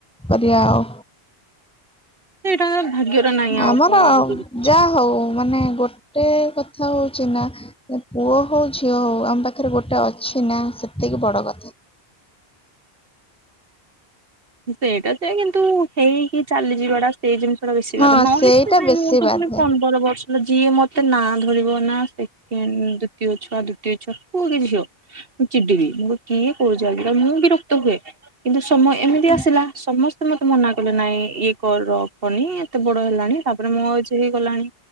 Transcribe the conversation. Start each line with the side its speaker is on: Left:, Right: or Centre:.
Centre: କରିବା ଆଉ।
Right: ସେଇଟା ଭାଗ୍ୟରେ ନାହିଁ ଆଉ
Centre: ଆମର
Right: କଣ ଯୋଉ
Centre: ଯାହା ହଉ ମାନେ ଗୋଟେ କଥା ହଉଛି ନା ପୁଅ ହଉ ଝିଅ ହଉ ଆମ ପାଖରେ ଗୋଟେ ଅଛି ନା। ସେତିକି ବଡ କଥା।
Right: ସେଇଟା ତ କିନ୍ତୁ ହେଇକି ଚାଲିଯିବାଟା ସେଇ ଜିନିଷ ଟା ବେଶୀ
Centre: ହଁ
Right: ବା ନ
Centre: ସେଇଟା
Right: ହେତ ନାଇଁ
Centre: ବେଶୀ
Right: ମୁଁ ତ
Centre: ବାଧେ
Right: ପନ୍ଦର ବର୍ଷ ଯିଏ ମତେ ନାଁ ଧରିବ ନା ସେକେଣ୍ଡ ଦ୍ୱିତୀୟ ଛୁଆ ଦ୍ୱିତୀୟ ଛୁଆ। ବୁ କିଛି ଚିଡି ବି। ମୁ କିଏ କରୁଛି ମୁଁ ବିରକ୍ତ ହୁଏ କିନ୍ତୁ ସମୟ ଆସିଲା
Centre: ହୁଁ
Right: ସମସ୍ତେ ମତେ ମନା ନାଇ ଏକ ର ନି ଏତେ ବଡ ହେଲାଣି ତାପରେ ମଁ ଆଉଛି ହେଇଗଲାଣି